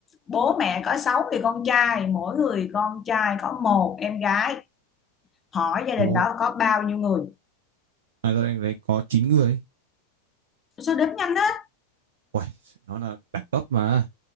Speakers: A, on the left; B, on the right.
A: bố mẹ có sáu người con trai mỗi người con trai có một em gái hỏi gia
B: Ồ
A: đình đó có bao nhiêu người
B: à, ra đây đấy có 9 người
A: sao đếm nhanh á
B: Uầy, Nó là đẳng cấp mà